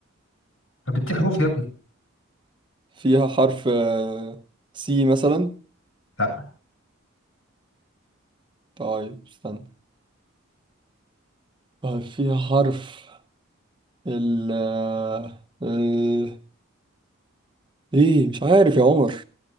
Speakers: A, on the left (about 70°); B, on the right (about 25°).
A: طب ادي حروف يا ابني
B: فيها حرف آه، سي مثلا
A: لا
B: طيب استنى طيب فيها حرف ال آه، ال- ايه مش عارف يا عمر